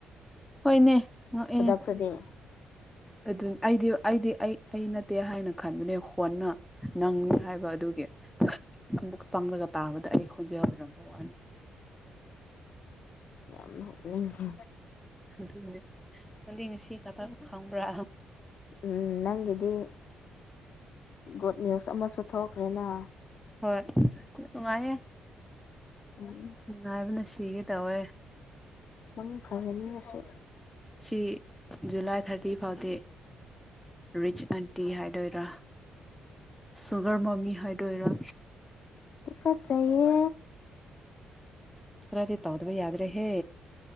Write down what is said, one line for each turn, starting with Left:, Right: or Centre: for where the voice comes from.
Centre: ꯍꯣꯏꯅꯦ ꯉꯛꯑꯦ
Left: ꯈꯨꯗꯛꯇꯗꯤ
Centre: ꯑꯗꯨ ꯑꯩꯗꯤ ꯑꯩꯗꯤ ꯑꯩ ꯑꯩ ꯅꯠꯇꯦ ꯍꯥꯏꯅ ꯈꯟꯕꯅꯦ ꯀꯣꯟꯅ ꯅꯪꯅꯤ ꯍꯥꯏꯕ ꯑꯗꯨꯒꯤ ꯑꯃꯛ ꯆꯪꯂꯒ ꯇꯥꯕꯗ ꯑꯩ ꯈꯣꯟꯖꯦꯜ ꯑꯣꯔꯝꯕꯩ ꯋꯥꯅꯤ <inaudible>
Left: ꯌꯥꯝ ꯅꯣꯛꯅꯤꯡꯉꯦ
Centre: ꯑꯗꯨꯅꯦ ꯅꯪꯗꯤ ꯉꯁꯤ ꯈꯛꯇꯪ ꯈꯪꯕ꯭ꯔꯥ
Left: ꯎꯝ ꯅꯪꯒꯤꯗꯤ ꯒꯨꯗ ꯅ꯭ꯌꯨꯁ ꯑꯃꯁꯨ ꯊꯣꯛꯈ꯭ꯔꯦꯅ
Centre: ꯍꯣꯏ ꯅꯨꯡꯉꯥꯏꯌꯦ
Left: ꯎꯝ
Centre: ꯅꯨꯡꯉꯥꯏꯕꯅ ꯁꯤꯒꯦ ꯇꯧꯋꯦ
Left: ꯃꯪ ꯐꯔꯅꯤ ꯉꯁꯤ
Centre: ꯁꯤ ꯖꯨꯂꯥꯏ ꯊꯥꯔꯇꯤ ꯐꯥꯎꯗꯤ ꯔꯤꯆ ꯑꯟꯇꯤ ꯍꯥꯏꯗꯣꯏꯔ ꯁꯨꯒꯔ ꯃꯃꯤ ꯍꯥꯏꯗꯣꯏꯔꯥ
Left: ꯇꯨꯀꯠꯆꯩꯌꯦ
Centre: ꯈ꯭ꯔꯥꯗꯤ ꯇꯧꯗꯕ ꯌꯥꯗ꯭ꯔꯦꯍꯦ